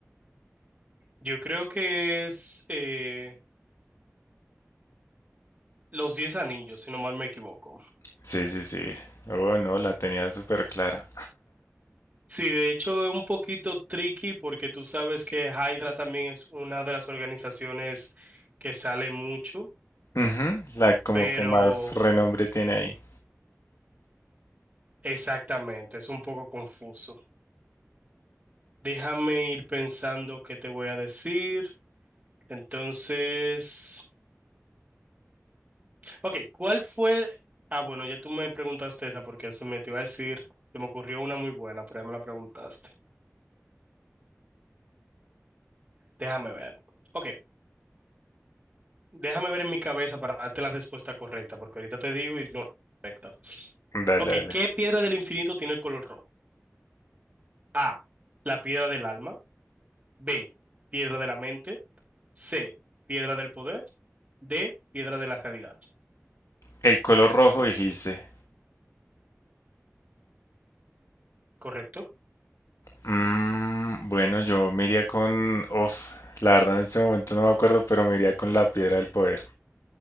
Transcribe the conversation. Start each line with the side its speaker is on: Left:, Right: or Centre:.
Right: Yo creo que es eh, Los Diez Anillos, si no mal me equivoco.
Left: Sí, sí, sí. Oh, no, la tenía súper clara.
Right: Sí, de hecho es un poquito tricky porque tú sabes que Hydra también es una de las organizaciones que sale mucho,
Left: Ujú, La como
Right: pero
Left: que más renombre tiene ahí.
Right: exactamente, es un poco confuso. Déjame ir pensando qué te voy a decir. Entonces, ok, ¿cuál fue? Ah, bueno, ya tú me preguntaste esa porque se me te iba a decir, se me ocurrió una muy buena, pero ya me la preguntaste. Déjame ver. Ok. Déjame ver en mi cabeza para darte la respuesta correcta, porque ahorita te digo y no es correcta.
Left: Dale,
Right: Ok,
Left: dale.
Right: ¿qué piedra del infinito tiene el color rojo? A, la piedra del alma. B, piedra de la mente. C, piedra del poder. D, piedra de la realidad.
Left: El color rojo dijiste.
Right: ¿Correcto?
Left: Mm, bueno, yo me iría con... Uf, la verdad en este momento no me acuerdo, pero me iría con la piedra del poder.